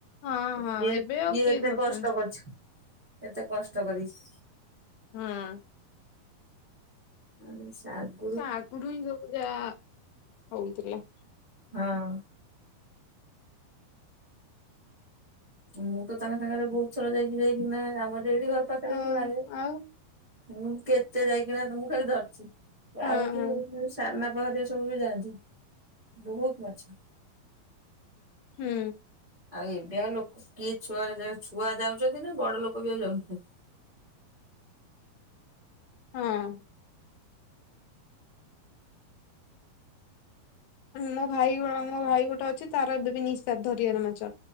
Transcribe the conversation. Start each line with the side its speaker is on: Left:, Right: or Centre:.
Left: ହଁ ହଁ
Right: କିଏ
Left: ଏବେ
Right: କିଏ
Left: ଆଉ
Right: ଏତେ
Left: ଧରୁଛନ୍ତି
Right: କଷ୍ଟ କରିଛି ଏତେ କଷ୍ଟ କରିଛି।
Left: ହଁ।
Right: ଆ ସାର୍ <inaudible>
Left: ଆଗରୁୁ ହିଁ ହ ଯା ହଉଥିଲା।
Right: ହଁ। ମୁଁ ତ ତାଙ୍କ ସାଙ୍ଗରେ ବହୁତ ଥର ଯାଇକି ଯାଇକି ନା ଆମର ସେଇଠି ଘର ପାଖରେ
Left: ହଁ
Right: ଲାଗେ
Left: ଆଉ
Right: ମୁଁ କେତେ ଯାଇକିନା ମୁଁ ଖାଲି ଧରିଛି।
Left: ହଁ
Right: ଆଉଠ
Left: ହଁ
Right: ସାନାଆପା ହେରା ସବୁ ଯାଆନ୍ତି ବହୁତ ମାଛ
Left: ହୁଁ।
Right: ଆଉ ଏବେ ଆଉ ଲୋକ କିଏ ଛୁଆ ଛୁଆ ଯାଉଛନ୍ତି ନା ବଡ ଲୋକ ବି ଆଉ ଯାଉନାହାନ୍ତି।
Left: ହଁ। ମୋ ଭାଇ ମୋ ଭାଇ ଗୋଟେ ଅଛି ତାର ଏବେ ବି ନିସା ଧରିଆର ମାଛ।